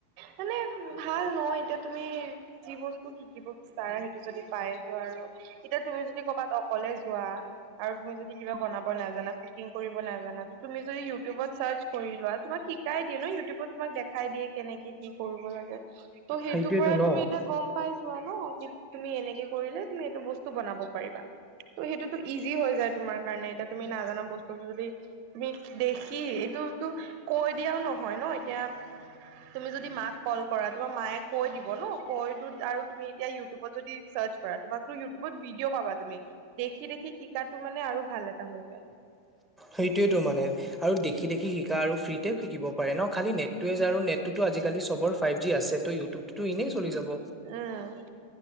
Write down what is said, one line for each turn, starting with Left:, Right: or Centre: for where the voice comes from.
Right: মানে ভাল নহ এতিয়া তুমি যি বস্তু শিক শিকিব বিচাৰা সেইটো যদি পাই যোৱা আৰু এতিয়া তুমি যদি কৰ'বাত অকলে যোৱা আৰু তুমি যদি কিবা বনাব নাজানা কুকিং কৰিব নাজানো তুমি যদি ইউটিউবত চাৰ্চ কৰি লোৱা তোমাক শিকাই দিয়া ন ইউটিউবত তোমাক দেখাই দিয়ে। কেনেকে কি কৰিব লাগে ত' সেইটোৰ
Centre: সেইটোয়েতো
Right: পৰা
Centre: ন
Right: তুমি এতিয়া গম পাই যোৱা ন। তুমি এনেকে কৰিলে তুমি এইটো বস্তু বনাব পাৰিবা। ত' সেইটোতো ইজি হৈ যায় তোমাৰ কাৰণে এতিয়া তুমি নাজানা। বস্তুটো যদি তুমি দেখি এইটোতো কৈ দিয়াও নহয় ন এতিয়া। তুমি যদি মাক কল কৰা তোমাৰ মায়ে কৈ দিব ন কৈ ত আৰু তুমি এতিয়া ইউটিউবত যদি। চাৰ্জ কৰা তোমাক ইউটিউবত ভিডিঅ' পাবা তুমি দেখি দেখি শিকাটো মানে আৰু ভাল। া হৈ প <inaudible>
Centre: সেইটোয়ো মানে আৰু দেখি দেখি শিকা আৰু ফ্ৰীতে শিকিব পাৰে ন। খালি নেটোৱে
Right: উম।
Centre: য আৰু নেট টোতো আজিকালিৰ ফাইভ জি আছে ত ইউটিউবতো এনেই। চলি যাব।
Right: উম,